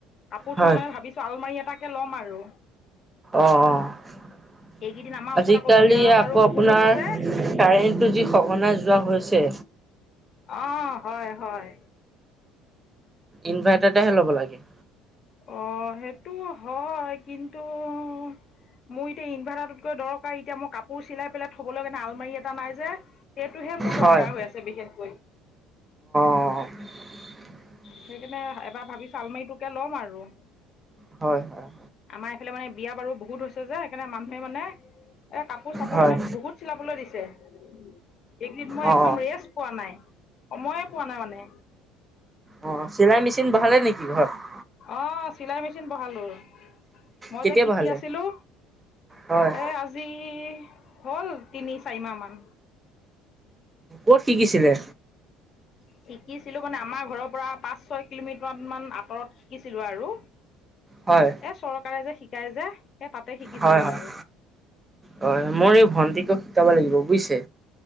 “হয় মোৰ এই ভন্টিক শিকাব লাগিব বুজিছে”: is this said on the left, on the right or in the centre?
Right